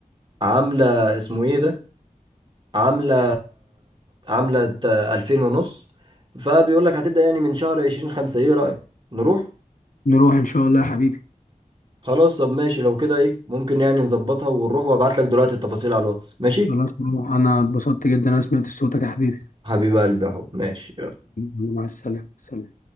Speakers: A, on the right; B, on the left.
A: عامله اسمه ايه ده عامله عامله 2000 ونص فبيقول لك هتبدا يعني من شهر 20 5 ايه رايك نروح
B: نروح ان شاء الله يا حبيبي
A: خلاص طب ماشي لو كده ايه ممكن يعني نظبطها ونروح وابعت لك دلوقتي التفاصيل على الواتس ماشي
B: خلاص نروح انا اتبسطت جدا انا سمعت صوتك يا حبيبي
A: حبيب قلبي يا حب ماشي يلا.
B: مع السلامة سلام